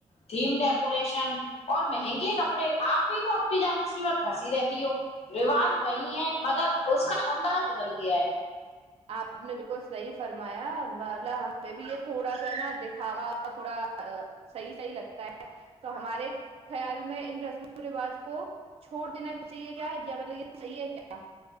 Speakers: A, on the left; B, on the right.
A: تھھیم ڈپ ڈیکوریشن اور مہنگے کپڑے آپ بھی تو اب بھی جان س میں پھنسی رہتی ہوں رواج وہی ہے مگر اس کا انداز بدل گیا ہے
B: آپ نے بالکل صحیح فرمایا مطلب ہمیں بھی یہ تھوڑا سا نا دکھاوا تھوڑا صحیح صحیح لگتا ہے تو ہمارے خیال میں ان رسم و رواج کو چھوڑ دینا چاہیے کیا یا مطلب یہ صحیح ہے کیا